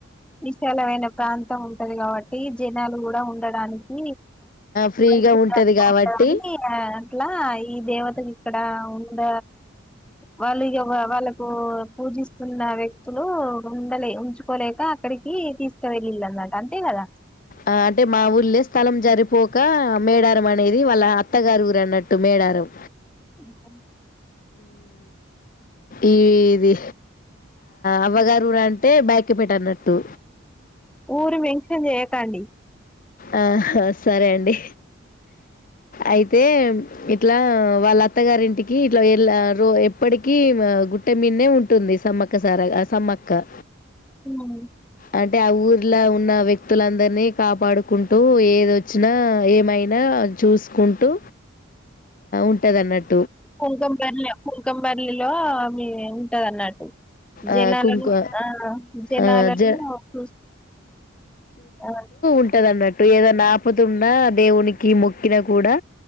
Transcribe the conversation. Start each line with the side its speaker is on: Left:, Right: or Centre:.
Centre: విశాలమైన ప్రాంతం ఉంటది కాబట్టి జనాలు కూడా ఉండడానికి
Left: ఫ్రీగా
Centre: పరిశ
Left: ఉంటుంది కాబట్టి
Centre: ఉ అట్లా ఈ దేవత ఇక్కడ ఉండ వాళ్ళు వాళ్ళకు పూజిస్తున్న వ్యక్తులు ఉండలే ఉంచుక గా <inaudible> అక్కడికి తీసుకువెళ్ళి నా అంతే కద
Left: ఆ అంటే మా ఊళ్ళే స్థలం జరిపోక మేడారం అనేది వాళ్ళ అత్తగారు ఊరు అన్నట్టు మేడారం
Centre: అ <inaudible>
Left: ఈది అవ్వగారుఊర అంటే బయకి పెట అన్నట్టు
Centre: ఊరు మెన్షన్ చేయకండి
Left: ఆ సరే అండి అయితే ఇట్లా వాళ్ళ అత్తగారింటికి ఇట్లాలా రో ఎప్పటిక గుట్టె మీన్నే ఉంటుంది సమ్మక్కసార సమ్మక్క
Centre: హూ
Left: అంటే ఆ ఊర్లో ఉన్న వ్యక్తులందరినీ కాపాడుకుంటూ ఏద వచ్చినా ఏమైనా చూసుకుంటూ ఉంటందిన్నట్టు
Centre: కుంకుమపర్లి కుంకపరలిలో ఉంటది అన్నట్టు జనాలను
Left: ఆ కుంకు
Centre: ఆ జనాలను
Left: ఆ జ
Centre: చూ ఆ
Left: ఉన్నట్టు ఏదన్నా ఆపుతున్నా దేవునికి మొక్కిన కూడా